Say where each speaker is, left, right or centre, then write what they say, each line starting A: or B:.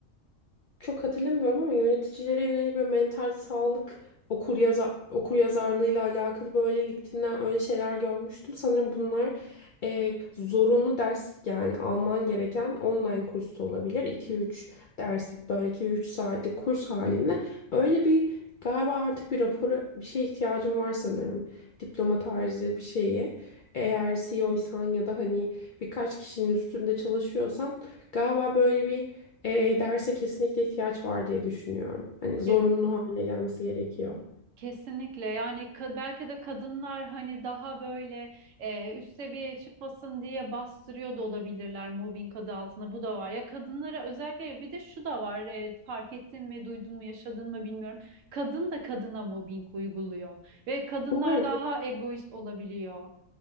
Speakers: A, on the left; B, on the right.
A: Çok hatırlamıyorum ama yöneticilere yönelik böyle mental sağlık okur yazar okur yazarlığıyla alakalı böyle LinkedIn'den öyle şeyler görmüştüm. Sanırım bunlar e, zorunlu ders yani alman gereken online kurs da olabilir. iki üç derslik böyle iki üç saatlik kurs halinde öyle bir galiba artık bir rapora bir şeye ihtiyacım var sanırım. Diploma tarzı bir şeyi. Eğer CEO'ysan ya da hani birkaç kişinin üstünde çalışıyorsan galiba böyle bir e, E derse kesinlikle ihtiyaç var diye düşünüyorum. Hani zorunlu
B: <laughs>
A: hale gelmesi gerekiyor.
B: Kesinlikle yani ka- belki de kadınlar hani daha böyle e, üst seviyeye çıkmasın diye bastırıyor da olabilirler mobbing adı altında bu da var ya kadınlara özellikle bir de şu da var e, fark ettin mi duydun mu yaşadın mı bilmiyorum kadın da kadına mobbing uyguluyor ve kadınlar
A: Bu arada
B: daha egoist olabiliyor.